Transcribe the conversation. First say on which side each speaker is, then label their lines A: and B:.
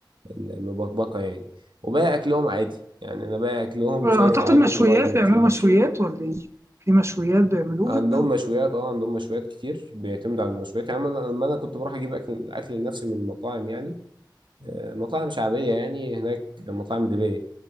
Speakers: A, on the right; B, on the right.
A: المبكبكه يعني وباقي اكلهم عادي يعني انا باقي اكلهم
B: اعتقد
A: شايفه عادي
B: مشويات
A: قريب من الاكل
B: بيعملوا
A: المصري
B: مشويات ولا ايه في مشويات بيعملوها
A: عندهم مشويات اه عندهم مشويات كتير بيعتمدوا على المشويات يعني أنا- لما انا كنت بروح اجيب اكل اكل لنفسي من المطاعم يعني مطاعم شعبية يعني هناك مطاعم ليبية